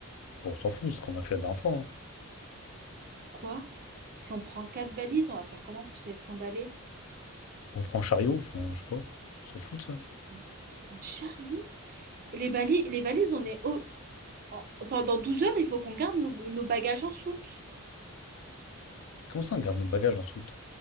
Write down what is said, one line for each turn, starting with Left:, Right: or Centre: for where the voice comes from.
Left: Bon, on s'en fout, c'est ce qu'on a fait la dernière fois. hein.
Right: Quoi? Si on prend 4 valises, on va faire comment pour se les trimballer?
Left: On prend un chariot, enfin, je sais pas. On s'en fout de ça.
Right: Mais un chariot? Et les bali- les valises, on est au- en- pendant 12 heures, il faut qu'on garde nos, nos bagages en soute.
Left: Comment ça, on garde nos bagages en soute?